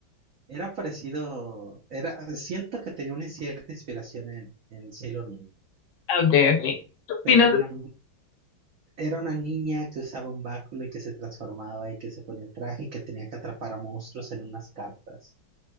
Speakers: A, on the right (about 60°); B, on the left (about 65°).
A: Era parecido, era, siento que tenía una cierta inspiración en, en Sailor Moon,
B: Ah, Ok,
A: eh,
B: ok. ¿Qué opinas?
A: pero era una, era una niña que usaba un báculo y que se transformaba y que se ponía traje y que tenía que atrapar a monstruos en unas cartas.